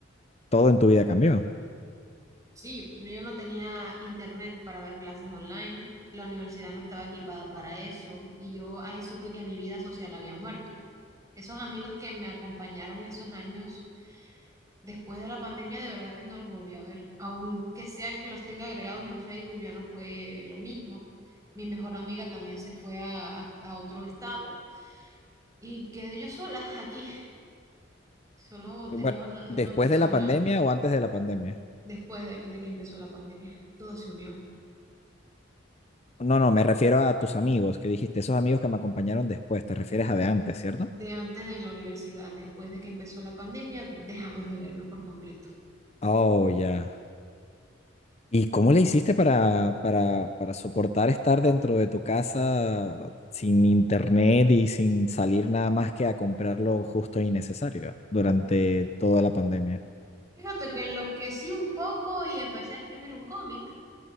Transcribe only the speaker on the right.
Sí, pues yo no tenía internet para ver clases online, la universidad no estaba equipada para eso y yo ahí supe que mi vida social había muerto. Esos amigos que me acompañaron esos años después de la pandemia, de verdad que no los volví a ver. Aunque sea que los tenga agregados en Facebook, ya no fue lo mismo. Mi mejor amiga también se fue a, a- a otro estado y quedé yo sola <laughs> aquí. Solo
tenía una,
una persona
después de, de que empezó la pandemia. Todo se unió.
De antes en la universidad, después de que empezó la pandemia, dejamos de vernos por completo.
Fíjate que enloquecí un poco y empecé a escribir un cómic.